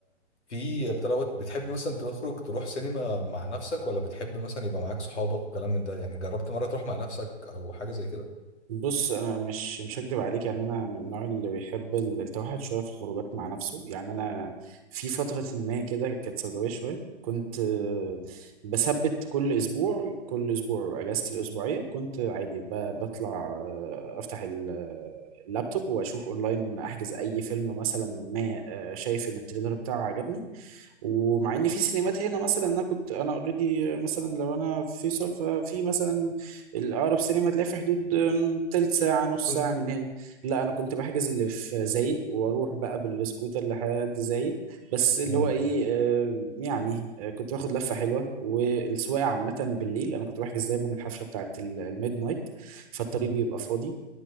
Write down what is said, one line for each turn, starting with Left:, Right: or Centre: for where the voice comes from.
Left: في بتروت بتحب مثلا تخرج تروح سينما مع نفسك ولا بتحب مثلا يبقى معاك صحابك وكلام من ده يعني جربت مره تروح مع نفسك او حاجه زي كده
Right: بص انا مش مش هكدب عليك يعني انا من النوع اللي بيحب ال- التوحد شويه في الخروجات مع نفسه يعني انا في فتره ما كده كانت سوداويه شويه كنت آه، بثبت كل اسبوع كل اسبوع اجازتي الاسبوعيه كنت عادي ب- بطلع آه، افتح ال- آه، اللابتوب واشوف اونلاين احجز اي فيلم مثلا ما آه، شايف ان التريلر بتاعه عجبني ومع ان في سينمات هنا مثلا انا كنت انا اوريدي مثلا لو انا في فيصل ففي مثلا الأقرب سينما تلاقي في حدود أم، تلت ساعة نص
Left: مم.
Right: ساعة من هنا لا أنا كنت بحجز اللي في زايد وأروح بقى بالسكوتر لحد زايد بس اللي
Left: مم.
Right: هو إيه أم، يعني أه، كنت باخد لفة حلوة والسواقة عامة بالليل أنا كنت بحجز دايما الحفلة بتاعت ال- الميد نايت فالطريق
Left: مم.
Right: بيبقى فاضي